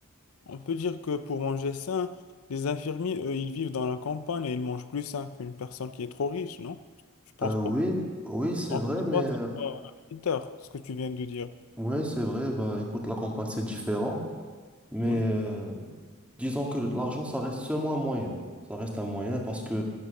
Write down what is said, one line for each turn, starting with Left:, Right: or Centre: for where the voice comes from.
Left: On peut dire que pour manger sain, les infirmiers, eux, ils vivent dans la campagne et ils mangent plus sain qu'une personne qui est trop riche, non? Je pense
Centre: Euh, oui,
Left: pas.
Centre: oui, c'est
Left: Encore
Centre: vrai, mais...
Left: toi,
Centre: euh,
Left: c'est pas un critère, ce que tu viens de dire.
Centre: Oui, c'est vrai, bah écoute, la campagne c'est différent, mais
Left: Ouais.
Centre: euh, disons que l'argent ça reste seulement un moyen. Ça reste un moyen parce que